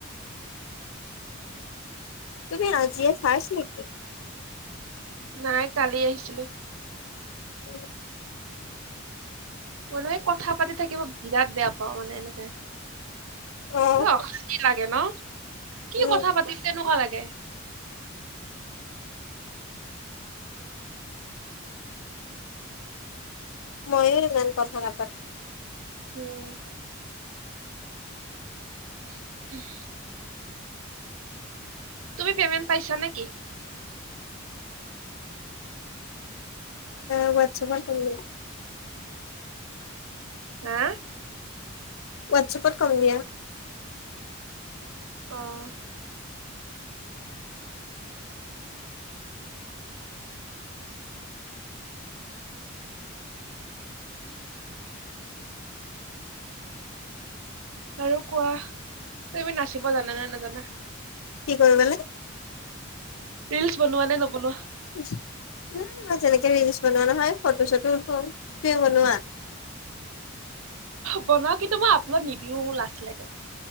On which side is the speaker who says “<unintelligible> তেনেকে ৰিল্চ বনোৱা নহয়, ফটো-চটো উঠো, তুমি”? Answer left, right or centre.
Left